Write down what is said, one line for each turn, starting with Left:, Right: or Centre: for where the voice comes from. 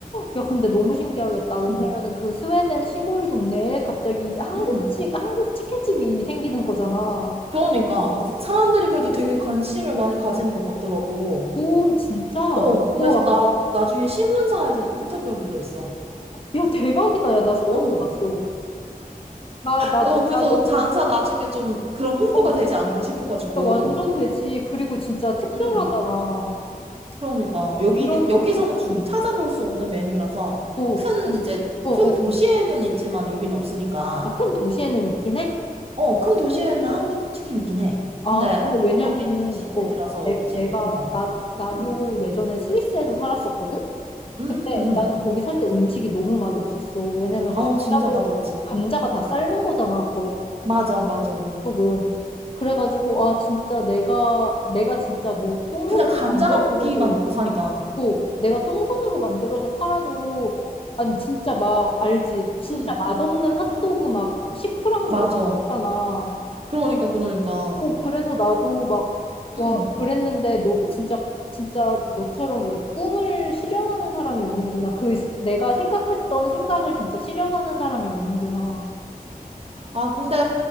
Left: 야, 근데 너무 신기하겠다.
Right: 응,
Left: 왜냐면은 그 스웨덴 시골 동네에 갑자기 한국식,
Right: 응.
Left: 한국 치킨집이 생기는 거잖아.
Right: 그러니까 사람들이 그래도 되게 관심을 많이 가지는 것 같더라고.
Left: 오, 진짜?
Right: 어, 그래서
Left: 우와.
Right: 나 나중에 신문사에서 인터뷰하기로 했어.
Left: 야, 대박이다. 야, 나 소름
Right: 어,
Left: 돋았어. 나, 나,
Right: 어, 그래서
Left: 나 너
Right: 장사
Left: 그,
Right: 나중에 좀 그런 홍보가
Left: 어, 어,
Right: 되지 않을까 싶어가지고.
Left: 야, 완전 되지. 그리고 진짜 특별하잖아.
Right: 음, 그러니까 여기
Left: 그런,
Right: 여기서는 주로
Left: 음.
Right: 찾아볼 수 없는 메뉴라서
Left: 어,
Right: 큰 이제
Left: 어,
Right: 큰
Left: 어.
Right: 도시에는 있지만 여기는 없으니까.
Left: 아, 큰 도시에는 있긴 해?
Right: 어, 큰 도시에는 한국 치킨 있긴 해.
Left: 아,
Right: 근데
Left: 근데 왜냐면은,
Right: 여기는 시골이라서
Left: 어, 내,
Right: 없지.
Left: 내가,
Right: 응,
Left: 나, 나도
Right: 응,
Left: 예전에 스위스에서 살았었거든?
Right: 응,
Left: 근데
Right: 응.
Left: 나는 거기 살 때 음식이 너무 맛없었어. 왜냐면
Right: 어,
Left: 감자도
Right: 진짜 맛없지.
Left: 감자가 다 삶은 거잖아. 거,
Right: 맞아, 맞아.
Left: 거쪽은. 그래가지고 아 진짜 내가 내가 진짜 뭐 똥손으로
Right: 그냥 감자랑
Left: 만들어도
Right: 고기만 먹고 사니까.
Left: 고 내가 똥손으로 만들어서 팔아도 아니 진짜 막 알지 진짜
Right: 응.
Left: 맛없는 핫도그 막 십프랑
Right: 맞아.
Left: 주고 샀잖아.
Right: 그러니까, 그러니까.
Left: 어, 그래서 나도 막,
Right: 음.
Left: 와, 그랬는데, 너, 진짜, 진짜 너처럼 이렇게 꿈을 실현하는 사람이 오는구나. 그, 시- 내가 생각했던 생각을 진짜 실현하는 사람이 오는구나.
Right: 아, 근데